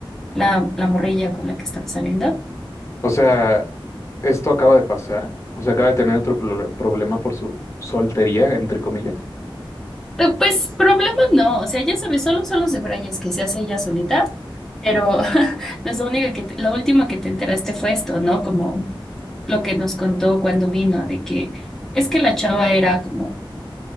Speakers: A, in the centre; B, on the left.
A: la, la morrilla con la que estaba saliendo.
B: O sea, esto acaba de pasar. O sea, acaba de tener otro prole- problema por su soltería, entre comillas.
A: Eh, Pues problema no, o sea, ya sabes, solo son los de Brayes que se hace ella solita, pero <laughs> pues lo único que te- lo último que te enteraste fue esto, ¿no? Como lo que nos contó cuando vino, de que es que la chava era como